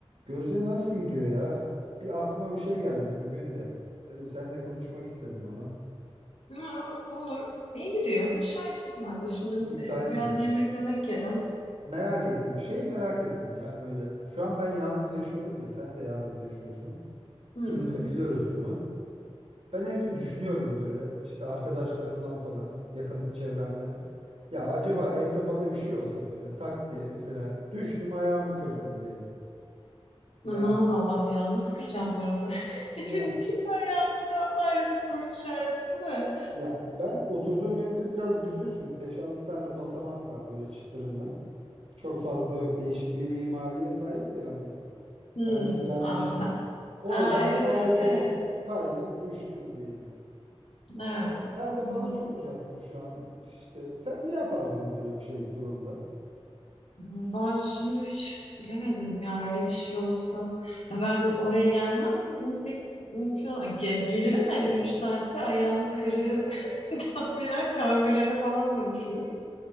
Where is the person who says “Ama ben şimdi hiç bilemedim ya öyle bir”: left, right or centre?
Left